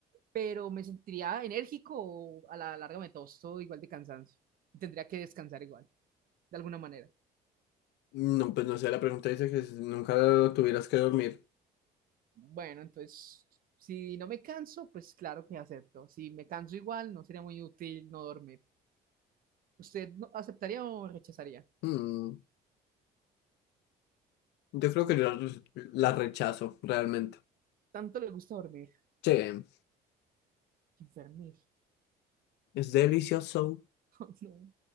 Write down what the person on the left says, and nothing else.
No, pues no sé, la pregunta dice que si nunca tuvieras que dormir.
Mm, yo creo que yo la rechazo realmente.
Sí,
es delicioso.